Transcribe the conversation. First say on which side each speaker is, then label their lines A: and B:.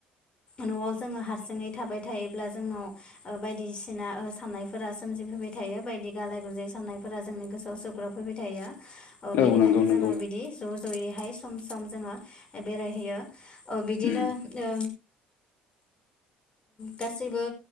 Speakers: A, on the left (about 30°); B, on the left (about 70°).
A: न'आव जोङो हारसिङै थाबाय थायोब्ला जोंनाव। ओ बायदिसिना साननायफोरा सोमजिफैबाय थायो बायदि गालाय गुजाय साननायफोरा जोंनि गोसोआव सौग्राव फैबाय थायो। औ बेनिखायनो
B: औ नंगौ
A: जोङो
B: नंगौ
A: बिदि ज' ज'यैहाय सम सम जोङो बेरायहैयो। औ बिदिनो
B: उम
A: ओ गासैबो।